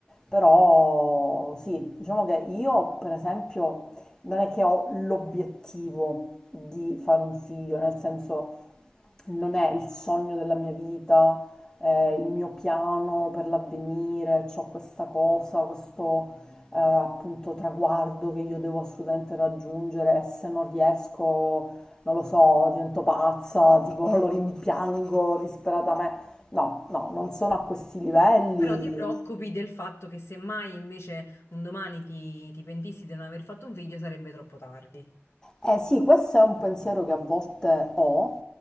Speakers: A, on the left (about 15°); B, on the left (about 70°).
A: però sì, diciamo che io per esempio non è che ho l'obiettivo di fare un figlio, nel senso non è il sogno della mia vita, eh, il mio piano per l'avvenire, c'ho questa cosa, questo eh, appunto traguardo che io devo assolutamente raggiungere e se non riesco, non lo so, divento pazza, tipo lo rimpiango disperatamente. No, no, non sono a questi livelli.
B: Però ti preoccupi del fatto che semmai invece un domani ti, ti pentissi di non aver fatto un figlio sarebbe troppo tardi.
A: Eh sì, questo è un pensiero che a volte ho